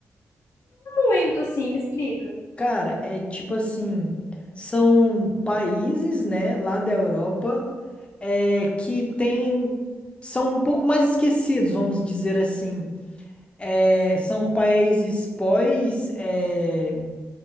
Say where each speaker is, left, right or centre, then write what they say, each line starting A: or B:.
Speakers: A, on the left; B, on the left.
A: Muito, assim, me explica.
B: Cara, é tipo assim, são países, né, lá da Europa, é, que tem, são um pouco mais esquecidos, vamos dizer assim. É, são países pós, é,